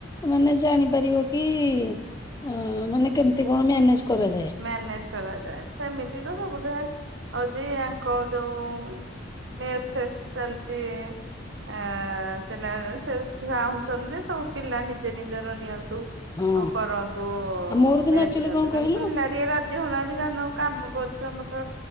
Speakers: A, on the left; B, on the right.
A: ମାନେ ଜାଣିପାରିବ କି ଉଁ ମାନେ କେମିତି କଣ ମ୍ୟାନେଜ କରାଯାଏ।
B: ମ୍ୟାନେଜ୍ କରାଯାଏ ସେମିତି ତ ସବୁଠି ହୁଏ ହଉଛି ୟାଙ୍କ ଯଉ ମେସ୍ ଫେସ୍ ଚାଲିଛି। ଆ <unintelligible> ଚାହୁଁଛନ୍ତି ସବୁ ପିଲା ନିଜେ ନିଜର ନିଅନ ତୁ
A: ହଁ
B: ଅ କରନ୍ତୁ ଉଁ
A: ଆଉ ମୋର କିନ୍ତୁ
B: ସେସ୍
A: ଆକ୍ଚୁଆଲି
B: ଦେଖିଲାବେଳକୁ
A: କଣ କହିଲୁ
B: ପିଲା ଟିକେ ରାଜି ହଉନାହାନ୍ତି କାରଣ କାମ ପରିଶ୍ରମ ପଛେ